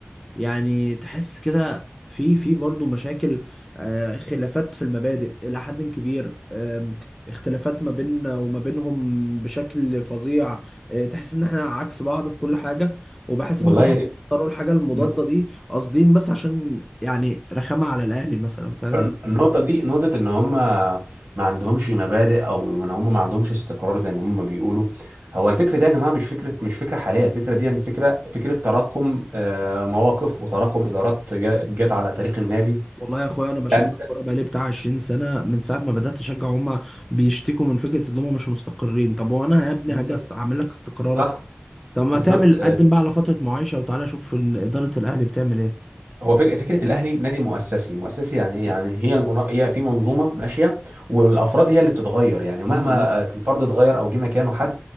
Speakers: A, in the centre; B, on the right.
A: يعني تحس كده في في برضه مشاكل آه، خلافات في المبادئ إلى حد كبير آم، اختلافات ما بيننا وما بينهم بشكل فظيع آه، تحس إن إحنا عكس بعض في كل حاجة وبحس
B: والله
A: إن هم اختاروا الحاجة المضادة
B: الن-
A: دي قاصدين بس عشان يعني رخامة على الأهلي مثلا فاهم
B: الن- النقطة دي نقطة إن هم ما عندهمش مبادئ أو إن هم ما عندهمش استقرار زي ما هم بيقولوا هو الفكرة دي يا جماعة مش فكرة مش فكرة حالية الفكرة دي يعني فكرة فكرة تراكم آه، مواقف وتراكم إدارات جا- جت على تاريخ النادي
A: والله يا اخويا انا بشجع
B: يعني
A: الكوره بقالي بتاع 20 سنه من ساعه ما بدات اشجع هما بيشتكوا من فكره ان هما مش مستقرين طب وانا يا ابني
B: بالظبط
A: هاجي أست- اعمل لك استقرارك
B: صح
A: طب ما
B: بالظبط
A: تعمل
B: آه،
A: قدم بقى على فترة معايشة وتعالى شوف إن إدارة الأهلي بتعمل إيه
B: هو فك- فكره الاهلي نادي مؤسسي مؤسسي يعني
A: بالظبط
B: ايه يعني هي المنا... هي في منظومه ماشيه والافراد هي اللي بتتغير يعني مهما
A: مم.
B: الفرد اتغير او جه مكانه حد